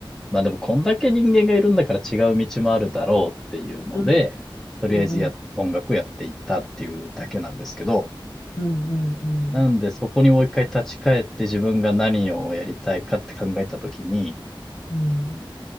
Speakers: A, in the centre; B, on the left (about 45°).
A: まあでもこんだけ人間がいるんだから違う道もあるだろうっていうので、
B: うん、
A: とりあえずや、
B: うん、うん、
A: 音楽やっていったっていうだけなんですけど、
B: うん、うん、
A: なんでそこにもう一回立ち返って自分が何をやりたいかって考えたときに、
B: うん、